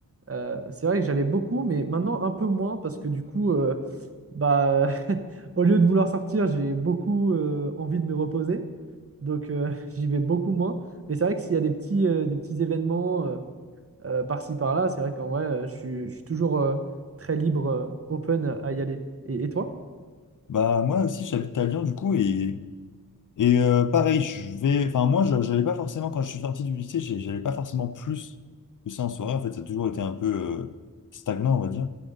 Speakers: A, on the right (about 40°); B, on the left (about 65°).
A: Euh, c'est vrai que j'allais beaucoup, mais maintenant un peu moins parce que du coup, euh, bah, <laughs> au lieu de vouloir sortir, j'ai beaucoup euh, envie de me reposer. Donc euh, <laughs> j'y vais beaucoup moins. Mais c'est vrai que s'il y a des petits, euh, des petits événements euh, euh, par-ci par-là, c'est vrai qu'en vrai, euh, je suis, je suis toujours euh, très libre, euh, open à y aller. Et, et toi?
B: Bah moi aussi j'habite à Lyon du coup et Et euh, pareil, je vais, enfin moi, je j'allais pas forcément quand je suis sorti du lycée, j'ai- j'allais pas forcément plus que ça en soirée. En fait, ça a toujours été un peu euh, stagnant, on va dire.